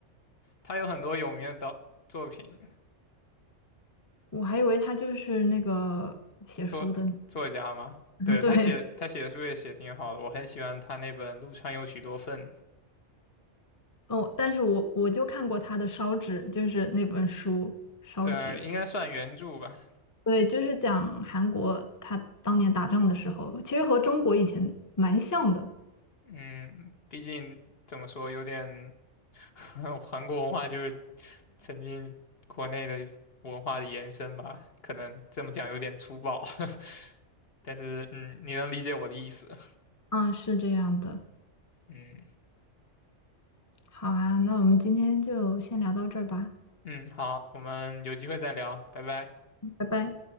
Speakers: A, on the left; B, on the left.
A: 他有很多有名的导作品，
B: 我还以为他就是那个写书的呢
A: 作作家吗？
B: <laughs>
A: 对，
B: 对
A: 他写他写的书也写挺好的，我很喜欢他那本《陆川有许多份》，
B: 哦，但是我我就看过他的烧纸，就是那本书烧纸，
A: 对，应该算原著吧。
B: 对，就是讲韩国他当年打仗的时候，其实和中国以前蛮像的，
A: 嗯，毕竟怎么说，有点 <laughs> 韩国文化就是曾经国内的文化的延伸吧，可能这么讲有点粗暴，<laughs> 但是嗯，你能理解我的意思。
B: 嗯，是这样的。
A: 嗯
B: 好啊，那我们今天就先聊到这儿吧，
A: 嗯，好，我们有机会再聊，拜拜。
B: 拜拜。